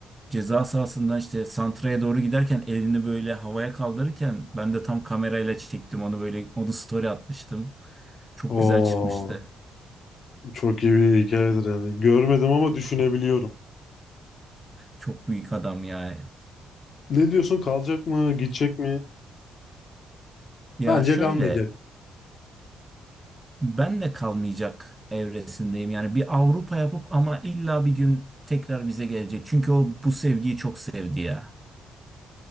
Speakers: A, on the right; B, on the left.
A: ceza sahasından işte santraya doğru giderken elini böyle havaya kaldırırken ben de tam kamerayla çektim onu böyle onu story atmıştım. Çok
B: Oo,
A: güzel çıkmıştı.
B: çok iyi bir hikayedir yani. Görmedim ama düşünebiliyorum.
A: Çok büyük adam ya.
B: Ne diyorsun? Kalacak mı? Gidecek mi?
A: Ya
B: Bence
A: şöyle
B: kalmayacak.
A: ben de kalmayacak evresindeyim. Yani bir Avrupa yapıp ama illa bir gün tekrar bize gelecek. Çünkü o bu sevgiyi çok sevdi ya.